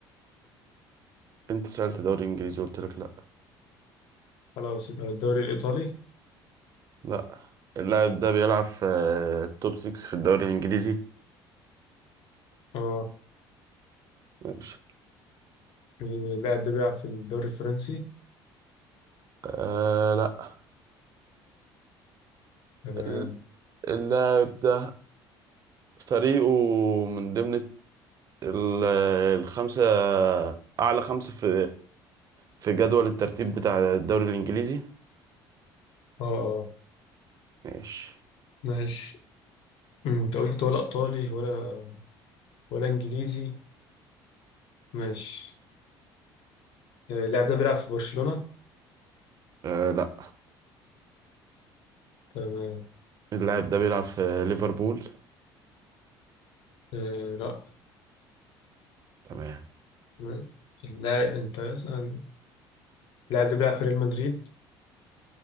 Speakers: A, on the right; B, on the left.
A: انت سألت دوري انجليزي قلت لك لا
B: خلاص يبقى الدوري الإيطالي
A: لا اللاعب ده بيلعب في آه، التوب 6 في الدوري الانجليزي
B: اه
A: ماشي
B: اللاعب ده بيلعب في الدوري الفرنسي
A: آه لا
B: تمام
A: ال- اللاعب ده فريقه من ضمن الت- ال- الخمسة اعلى خمسة في في جدول الترتيب بتاع الدوري الانجليزي
B: اه اه
A: ماشي
B: ماشي أمم، انت قلت ولا ايطالي ولا ولا انجليزي ماشي آه، اللاعب ده بيلعب في برشلونة
A: آه لا
B: تمام
A: اللاعب ده بيلعب في ليفربول
B: آه لا
A: تمام
B: م- اللاعب انت اسأل. اللاعب ده بيلعب في ريال مدريد